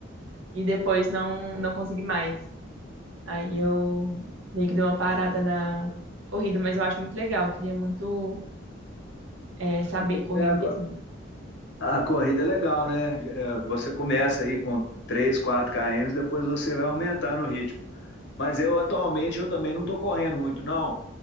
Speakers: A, on the right; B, on the left.
A: E depois não, não consegui mais. Aí eu meio que dei uma parada na corrida, mas eu acho muito legal. Eu queria muito, é, saber correr
B: É, a,
A: mesmo.
B: a corrida é legal, né? É, você começa aí com três quatro km, depois você vai aumentar no ritmo. Mas eu atualmente eu também não estou correndo muito, não,